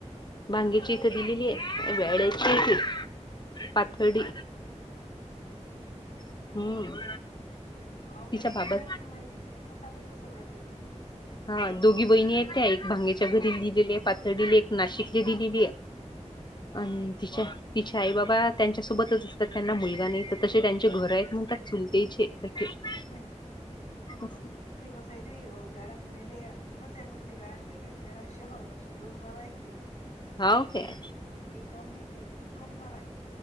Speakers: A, on the left; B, on the left.
A: भांगेची
B: कोणत्या गावात
A: इथं दिलेली आहे
B: आईचं
A: वेड्याची
B: गाव कोणतं
A: आहे ती पाथर्डी.
B: पाथडी
A: हम्म
B: <unintelligible> होऊ
A: तिच्या
B: का
A: बाबा
B: सर नेम माहीत अस तर मग सांगितलं सगळं ताई.
A: हा दोघी बहिणी आहेत, त्या एक भांग्याच्या घरी दिलेली आहे, पाथर्डीला एक नाशिकला दिलेली आहे.
B: हो
A: अन
B: काय
A: तिच्या. तिचे आई बाबा त्यांच्यासोबतच असतात, त्यांना मुलगा नाही तर तसे त्यांचे घर आहेत म्हणतात चुलतेचे. <unintelligible>
B: हम्म हम्म
A: असं.
B: ते कसं हाय ते वेळा म्हणायले एकच आहे. पण ते वेळापीठ आणि वेळा शहर, अशी दोन गाव आहेत ती.
A: हाऊ काय?
B: एक गाव नाय ते ते दोन गाव आहेत.